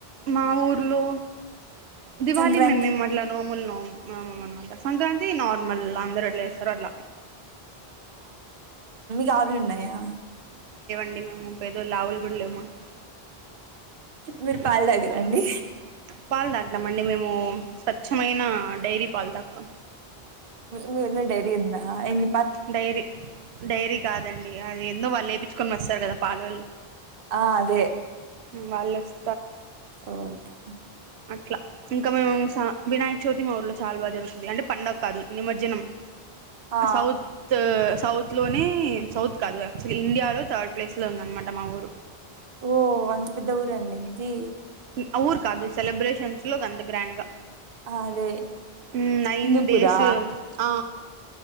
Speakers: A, on the right; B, on the right.
A: మా ఊర్లో దీవాలి
B: సంక్రాంతి
A: మేం మ్ అట్లా నోముల్ నో నోమం ఆ అనమాట సంక్రాంత్ తి నార్మల్ అందరు ఎట్లే చేస్తారో అట్లా
B: జాబులు ఉన్నయా
A: అండి మేము పెదోలం లావులు కూడా లేవు మాకు
B: మీరు
A: <inaudible>
B: పాలు తాగరండి
A: పాలు తాగినం అండి మేము స్వచ్ఛమైన డైరీ పాలు తాగుతాం
B: మీ ఊర్లో డైరీ ఉందా ఏద్
A: డైరీ డైరీ కాదండి అది ఏందో వాళ్ళు ఎపించుకొని వస్తారు కదా పాలొల్లు
B: ఆ అదే
A: ఉమ్ వాళ్లే వస్
B: ఓకే
A: అట్లా ఇంకా మేము స వినాయక చవితి మా ఊర్లో చాలా బాగా జరుగుతుంది అంటే పండగ కాదు నిమజ్జనం
B: ఆ
A: సౌత్ సౌత్లోనే సౌత్ కాదు యాక్చువల్లీ ఇండియాలో థర్డ్ ప్లేస్లో ఉందనమాట మా ఊరు
B: ఓ అంత పెద్ద ఊరండి మీది
A: ఆ ఊరు కాదు సెలబ్రేషన్స్ లో అంత గ్రాండ్ గా
B: ఆ! అదే
A: ఉమ్ నైన్
B: హిందూపురా
A: డేస్ ఆ